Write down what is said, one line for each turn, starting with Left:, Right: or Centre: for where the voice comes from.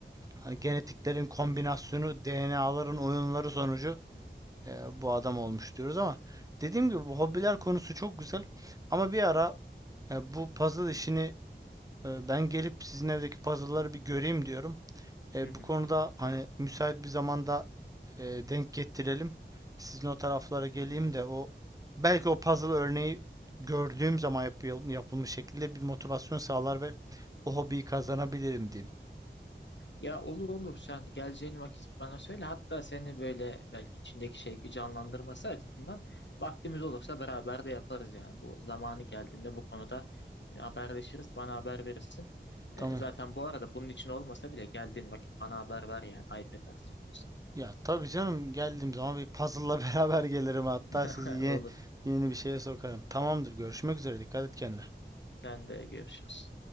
Right: Hani genetiklerin kombinasyonu, DNA'ların oyunları sonucu eee, bu adam olmuş diyoruz ama dediğim gibi bu hobiler konusu çok güzel. Ama bir ara e, bu puzzle işini e, ben gelip sizin evdeki puzzle'ları bir göreyim diyorum. E,
Left: <laughs>
Right: bu konuda hani müsait bir zamanda e, denk getirelim. Sizin o taraflara geleyim de o belki o puzzle örneği gördüğüm zaman yap- yapılmış şekilde bir motivasyon sağlar ve o hobiyi kazanabilirim diyeyim.
Left: Ya olur olur sen geleceğin vakit bana söyle. Hatta seni böyle belki içindeki şeyi canlandırması açısından vaktimiz olursa beraber de yaparız yani. Bu zamanı geldiğinde bu konuda e, haberleşiriz. Bana haber verirsin.
Right: Tamam.
Left: E, zaten bu arada bunun için olmasa bile geldiğin vakit bana haber ver yani. Ayıp edersin yoksa.
Right: Ya tabii canım geldiğim zaman bir puzzle'la <laughs> beraber gelirim hatta
Left: <laughs>
Right: sizi ye-
Left: Olur.
Right: yeni bir şeye sokarım. Tamamdır. Görüşmek üzere. Dikkat et kendine.
Left: Sen de görüşürüz.